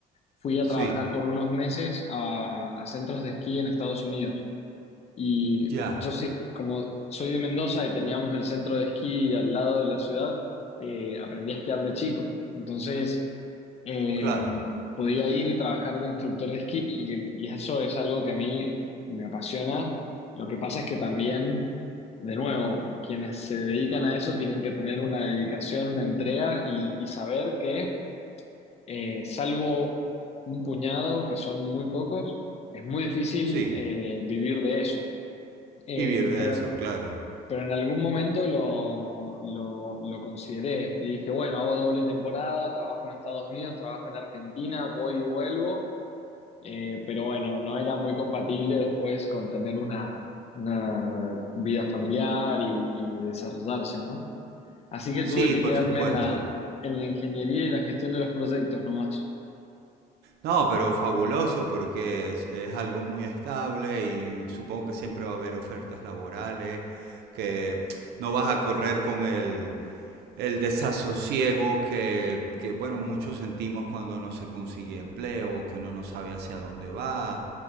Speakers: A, on the left (about 40°); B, on the right (about 75°).
A: fui a
B: Sí.
A: trabajar por unos meses a a centros de esquí en Estados Unidos. Y
B: Ya,
A: yo, sí- como soy de Mendoza y teníamos el centro de esquí al lado de la ciudad, eh, aprendí a esquiar de chico. Entonces, eh,
B: claro.
A: podía ir y trabajar de instructor de esquí y, y eso es algo que a mí me apasiona. Lo que pasa es que también, de nuevo, quienes se dedican a eso tienen que tener una dedicación, una entrega y, y saber que, eh, salvo un puñado, que son muy pocos, es muy difícil
B: Sí,
A: eh, vivir de eso. Eh,
B: vivir de
A: pero,
B: eso, claro.
A: pero en algún momento lo, lo, lo consideré y dije, bueno, hago doble temporada, trabajo en Estados Unidos, trabajo en Argentina, voy y vuelvo, Eh, pero bueno, no era muy compatible después con tener una, una vida familiar y, y desarrollarse, ¿no? Así que
B: Sí,
A: tuve que
B: por
A: quedarme
B: supuesto.
A: en la, en la ingeniería y la gestión de los proyectos nomás.
B: No, pero fabuloso porque es, es algo muy estable y supongo que siempre va a haber ofertas laborales, que no vas a correr con el, el desasosiego que, que, bueno, muchos sentimos cuando no se consigue empleo, que uno no sabe hacia dónde va.